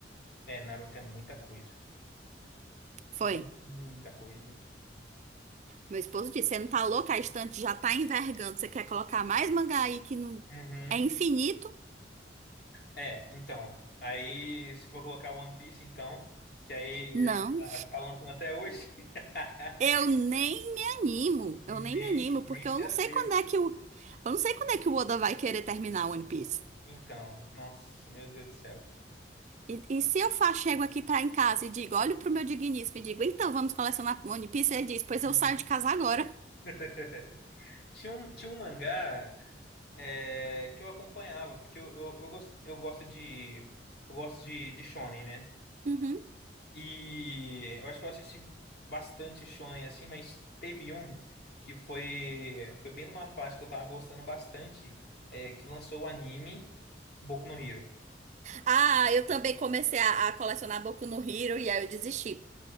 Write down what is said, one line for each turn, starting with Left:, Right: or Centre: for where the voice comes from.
Left: É, Naruto é muita coisa,
Right: Foi.
Left: mu- muita coisa.
Right: Meu esposo disse: Você não tá louca? A estante já tá envergando. Você quer colocar mais mangá aí que não
Left: Uhum.
Right: é infinito?
Left: É, então, aí se for colocar One Piece, então, que aí
Right: Não,
Left: tá tá lançando até hoje, <laughs>
Right: eu nem me animo.
Left: nem,
Right: Eu nem me animo,
Left: nem
Right: porque
Left: se
Right: eu não
Left: atreva.
Right: sei quando é que o. Eu não sei quando é que o Oda vai querer terminar One Piece.
Left: Então, nossa, meu Deus do céu.
Right: E, e se eu fa- chego aqui pra em casa e digo, olho pro meu digníssimo e digo, então vamos colecionar One Piece, ele diz, pois
Left: Uhum.
Right: eu saio de casa agora.
Left: <laughs> Tinha um, tinha um mangá é, que eu acompanhava, porque eu, eu, eu, gosto, eu gosto de. Eu gosto de, de Shonen, né?
Right: Uhum.
Left: E eu acho que eu assisti bastante Shonen assim, mas teve um que foi, foi bem numa fase que eu tava gostando bastante, é, que lançou o anime Boku no Hero.
Right: Ah, eu também comecei a, a colecionar Boku no Hero e aí eu desisti.